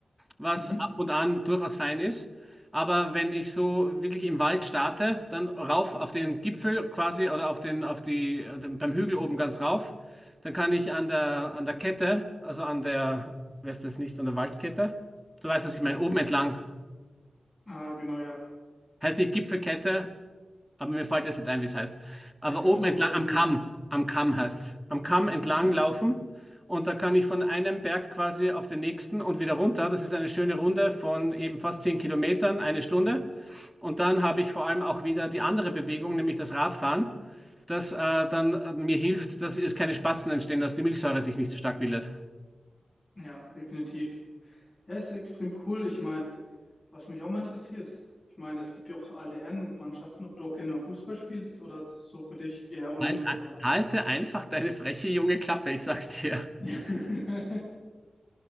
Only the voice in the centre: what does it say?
was
ab und an durchaus fein ist. Aber wenn ich so wirklich im Wald starte, dann rauf auf den Gipfel quasi oder auf den, auf die, den, beim Hügel oben ganz rauf, dann kann ich an der, an der Kette, also an der, wer ist das nicht, an der Waldkette? Du weißt, was ich meine, oben entlang.
Heißt nicht Gipfelkette, aber mir fällt jetzt nicht ein, wie es heißt. Aber
oben
entlang,
am
Kamm, am Kamm heißt es. Am Kamm entlang
laufen. Und da kann ich von einem Berg quasi auf den nächsten und wieder runter. Das ist eine schöne Runde von eben fast 10 Kilometern, eine Stunde. Und dann habe ich vor allem auch wieder die andere Bewegung, nämlich das Radfahren, das äh, dann äh, mir hilft, dass es keine Spatzen entstehen, dass die Milchsäure sich nicht so stark bildet.
Halt, ein- halte einfach deine freche junge Klappe, ich sag's dir.